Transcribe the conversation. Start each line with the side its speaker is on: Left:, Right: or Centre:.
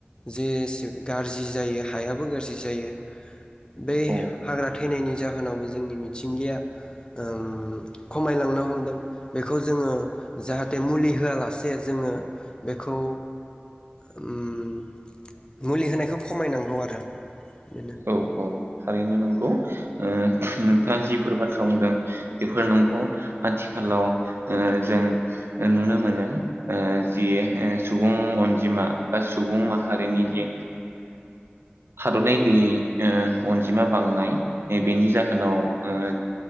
Left: जेसे गाज्रि जायो हायाबो गाज्रि जायो बे
Right: औ
Left: हाग्रा थैनायनि जाहोनावबो जोंनि मिथिंगाया ओम खमायलांनो हमदों बेखौ जोङो जाहाथे मुलि होआलासे जोङो बेखौ ओम मुलि होनायखौ खमायनांगौ आरो बेनो
Right: औ औ थारैनो नंगौ ओ नोंथाङा जिफोर बाथ्रा बुंदों बेफोर नंगौ आथिखालाव ओ जों नुनो मोनो जि सुबुं अनजिमा बा सुबुं माहारिनि जे थादनाय जि ओ अनजिमा बांनाय बेनि जाहोनाव ओ